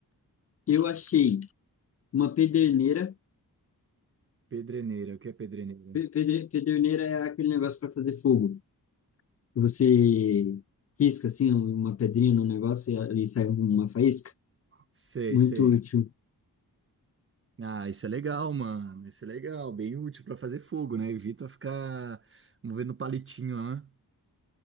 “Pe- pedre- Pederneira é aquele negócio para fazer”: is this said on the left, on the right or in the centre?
Left